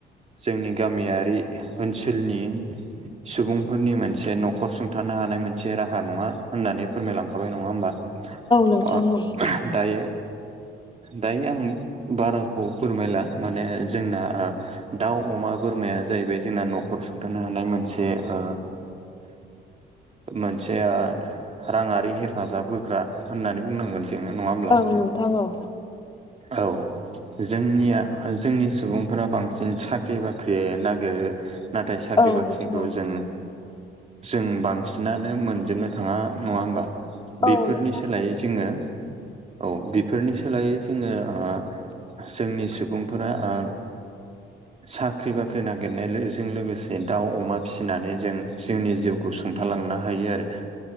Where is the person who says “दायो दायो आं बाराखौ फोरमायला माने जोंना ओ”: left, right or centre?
Right